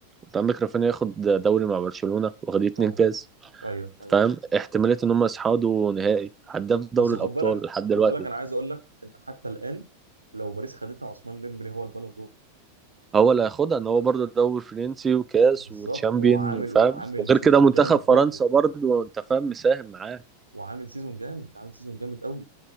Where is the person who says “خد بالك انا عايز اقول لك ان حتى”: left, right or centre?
Right